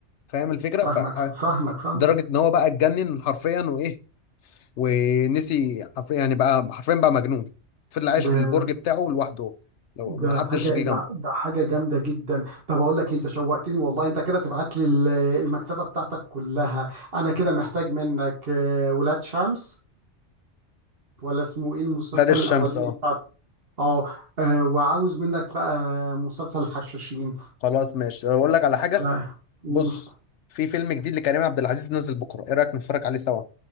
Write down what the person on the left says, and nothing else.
فاهم الفكره
فدرجه
ان هو بقى اتجنن حرفيا وايه ونسي حرفيا يعني بقى حرفيا بقى مجنون فضل عايش
في البرج بتاعه لوحده لو
ما حدش
جه جنبه
نادي الشمس
اه
خلاص ماشي اقول لك على حاجه
بص في فيلم جديد لكريم عبد العزيز نزل بكره ايه رايك نتفرج عليه سوا